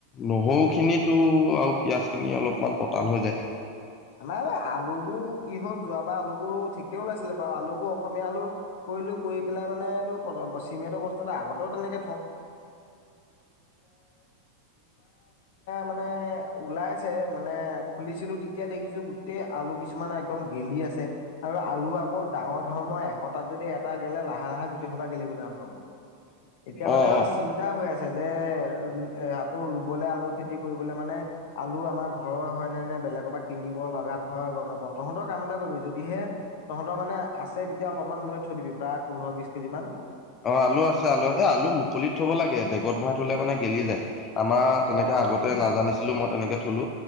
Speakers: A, on the left; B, on the left.
A: নহৰু খিনি আৰু পিয়াজ খিনি অলপমান পতান হৈ যায়।
B: আমাৰ এই আলুবোৰ কি হ'ল যোৱা বাৰ আলুবোৰ ঠিক <unintelligible> ওলাইছিলে বাৰু আলুবোৰ অসমীয়া আলু কৰি ল কৰি পেলাই মানে এইটো চিমেটৰ বস্তু এটা আগতেও তেনেক ম <unintelligible> খাইছে মানে খুলিছিলো এতিয়া দেখিছো গোটেই আলু কিছুমান একদম গেলি আছে আৰু আলু আকৌ ডাঙৰ ধৰ্মৰ এশটাত যদি এটা লে লাহে-লাহে গোটেই <unintelligible> গেলিবলে আম লগত এতিয়া মানে
A: অ
B: আমাৰ
A: অ
B: চিন্তা হৈ আছে। যে, এ আকৌ ৰুবলে আলু খেতি কৰিবলে মানে আলু আমাৰ ঘৰৰ হয়নে নে বেলেগৰ পা কিনিব লগা হয় গ ন প তহঁতৰ কাম এটা কৰিবি যদিহে তহঁতৰ মানে আছে তেতিয়া অলপমান মোলে থৈ দিবি প্ৰায় পোন্ধৰ বিশ কেজি মান
A: অ, আলু আছে, আলু এ আলু মুকলিত থব লাগে বেগত ভৰা থলে মানে গেলি যায়। আমাৰ তেনেকে
B: অ',
A: আগতে নাজানিছিলো মই তেনেকে থলো